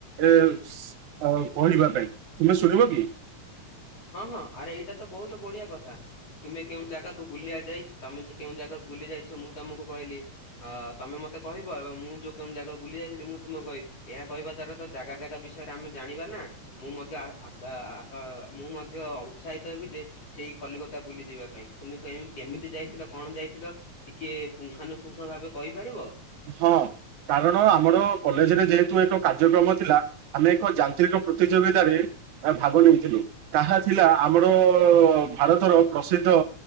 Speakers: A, on the right; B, on the left.
A: ଏ ଏ କହିବା ପାଇଁ ତୁମେ ଶୁଣିବ କି?
B: ହଁ ହଁ ଆରେ ଏଇଟା ତ ବହୁତ ବଢିଆ କଥା। ତୁମେ କେଉଁ ଜାଗାକୁ ବୁଲିବା ଯାଇଚ୍ଛି, ତମେ କେଉଁ ଜାଗାକୁ ବୁଲି ଯାଇଛ ମୁଁ ତମକୁ କହିଲି। ଆ ତମେ ମତେକହିବ ଏବଂ ମୁଁ ଯୋଉ କେଉଁ ଜାଗାକୁ ବୁଲି ଯାଇଥିଲି ମୁଁ ତୁମକୁ କହିବି। ଏହା କହିବା ଦ୍ଵାରା ତ ଜାଗା ଜାଗା ବିଷୟରେ ଆମେ ଜାଣିବା ନା ମୁଁ ମଧ୍ୟ ଆହା ଆହା ମୁଁ ମଧ୍ୟ ଉତ୍ସାହିତ ହେବି ଯେ ସେଇ କଲିକତା ବୁଲି ଯିବା ପାଇଁ ତୁମେ ତୁମେ କହିଲନି କେମିତି ଯାଇଥିଲ କଣ ଯାଇଥିଲ। ଟିକେ ପୁଙ୍ଖନୁପୁଙ୍ଖ ଭାବେ କହିପାରିବ।
A: ହଁ କାରଣ ଆମର କଲେଜରେ ଯେହେତୁ ଏକ କାର୍ଯ୍ୟକ୍ରମ ଥିଲା। ଆମେ ଏକ ଯାନ୍ତ୍ରିକ ପ୍ରତିଯୋଗିତାରେ ଆମେ ଭାଗ ନେଇଥିଲୁ ତାହା ଥିଲା ଆମର ଭାରତର ପ୍ରସିଦ୍ଧ